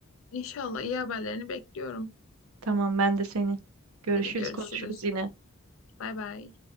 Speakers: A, on the left; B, on the right.
A: İnşallah iyi haberlerini bekliyorum.
B: Tamam, ben de senin. Görüşürüz,
A: Hadi görüşürüz.
B: konuşuruz yine.
A: Bay bay.